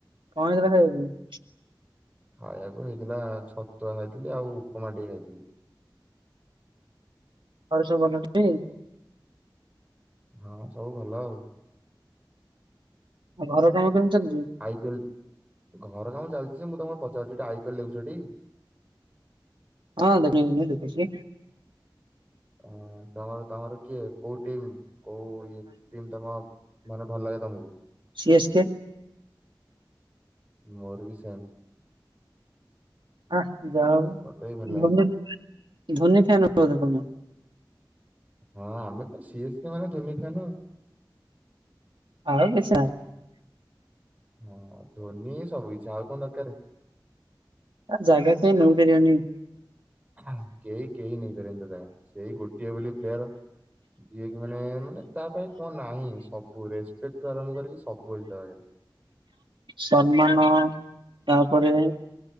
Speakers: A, on the right (about 80°); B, on the right (about 20°).
A: କଣ ହେଇଥିଲା ଖାଇବାପାଇଁ?
B: ଖାଇଆକୁ ହେଇଥିଲା ଛତୁଆ ଖାଇଥିଲି ଆଉ ଉପମା ଟିକେ ଖାଇଥିଲି।
A: ଘରେ ସବୁ ଭଲ ଟି?
B: ହଁ ସବୁ ଭଲ ଆଉ।
A: ଆଉ ଘର କାମ କେମିତି ଚାଲିଚି?
B: ଆଇ ପି ଏଲ ଘର କାମ ଚାଲଚି ମୁଁ ତମକୁ ପଚାରୁଚି ଟି ଆଇ ପି ଏଲ୍ ଦେଖୁଚ ଟି?
A: ହଁ ଦେଖେ ଏଇନେ ଦେଖୁଛି।
B: ଅଁ ତମର ତମର କିଏ କୋଉ ଟିମ କୋଉ ଇଏ ଟିମ ତମ ମାନେ ଭଲ ଲାଗେ ତମକୁ?
A: C S K.
B: ମୋର ବି ସେମ୍।
A: ଆଃ ଯାହା ହୋଉ
B: ମତେ ବି ଭଲ ଲାଗେ
A: ଧୋନି ଧୋନି ଫ୍ୟାନ ବୋଧେ ତମେ?
B: ହଁ ଆମେ ତ ସି ଏସ୍ କେ ମାନେ ଧୋନି ଫ୍ୟାନ୍‌ ଆଉ।
A: ଆଉ କିଛି ନାହିଁ।
B: ହଁ ଧୋନି ହିଁ ସବୁ କିଛି ଆଉ କଣ ଦରକାରେ।
A: ଆ ଜାଗା କେହି ନେଇ ପାରିବେନି।
B: ଆଃ କେହି କେହି ନେଇପାରିବେନି ତା ଜାଗା ସେଇ ଗୋଟିଏ ବୋଲି ପ୍ଲେୟାର। ଯିଏକି ମାନେ ମାନେ ତା ପାଇଁ କଣ ନାହିଁ ସବୁ ରେସପେକ୍ଟଠୁ ଆରମ୍ଭ କରିକି ସବୁ ଅଛି ତା ପାଖେରେ।
A: ସମ୍ମାନ ତାପରେ